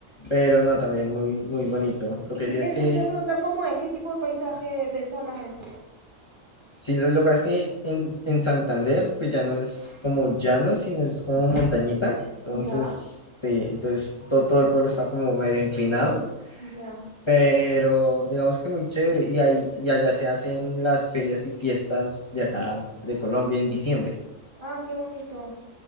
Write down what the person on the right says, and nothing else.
Y
que-
eso
te iba a preguntar cómo es, qué tipo de paisaje de zona es.
Ya,
ya.
Ah, qué bonito.